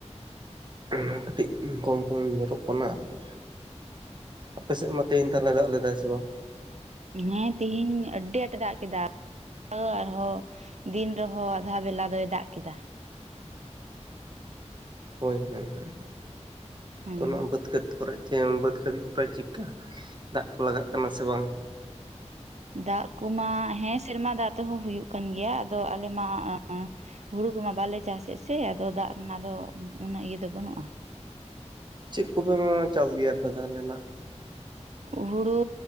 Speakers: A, on the right; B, on the right.
A: ᱚᱱᱟ ᱠᱟᱹᱴᱤᱡ ᱠᱚᱢ ᱠᱚᱢ ᱧᱚᱨᱚᱜ ᱠᱟᱱᱟ ᱟᱨᱠᱤ᱾ ᱟᱯᱮᱥᱮᱫ ᱢᱟ ᱛᱮᱦᱮᱧ ᱛᱟᱦᱞᱮ ᱫᱟᱜ ᱞᱮᱫᱟᱭ ᱥᱮ ᱵᱟᱝ?
B: ᱦᱮᱸ ᱛᱤᱦᱤᱧ ᱟᱹᱰᱤ ᱟᱸᱴᱮ ᱫᱟᱜ ᱠᱮᱫᱟ <inaudible> ᱟᱨᱦᱚᱸ ᱫᱤᱱ ᱨᱮᱦᱚᱸ ᱟᱫᱷᱟ ᱵᱮᱞᱟ ᱫᱚᱭ ᱫᱟᱜ ᱠᱮᱫᱟ᱾
A: ᱦᱳᱭ ᱦᱳᱭ ᱦᱳᱭ
B: ᱦᱮᱸ
A: ᱛᱚ ᱱᱟᱦᱜ ᱵᱟᱹᱫᱽ ᱠᱦᱮᱛ ᱵᱟᱹᱫᱽ ᱠᱚᱨᱮ ᱪᱮᱢ ᱵᱟᱹᱫᱽ <unintelligible> ᱠᱚᱨᱮ ᱪᱤᱠᱟ ᱫᱟᱜ ᱠᱚ ᱞᱟᱜᱟᱜ ᱠᱟᱱᱟ ᱥᱮ ᱵᱟᱝ?
B: ᱫᱟᱜ ᱠᱚᱢᱟ ᱦᱮᱸ ᱥᱮᱨᱢᱟ ᱫᱟᱜ ᱛᱮᱦᱚᱸ ᱦᱩᱭᱩᱜ ᱠᱟᱱ ᱜᱮᱭᱟ ᱟᱫᱚ ᱟᱞᱮ ᱢᱟ ᱦᱩᱲᱩ ᱠᱚᱢᱟ ᱵᱟᱞᱮ ᱪᱟᱥᱮᱫ ᱥᱮ ᱟᱫᱚ ᱫᱟᱜ ᱨᱮᱱᱟᱜ ᱫᱚ ᱩᱱᱟᱹᱜ ᱤᱭᱟᱹ ᱫᱚ ᱵᱟᱹᱱᱩᱜ-ᱟ᱾
A: ᱪᱮᱫ ᱠᱚᱯᱮ ᱢᱟ ᱪᱟᱥ ᱜᱮᱭᱟᱯᱮ ᱛᱟᱦᱞᱮ ᱱᱟᱜ?
B: ᱦᱩᱲᱩ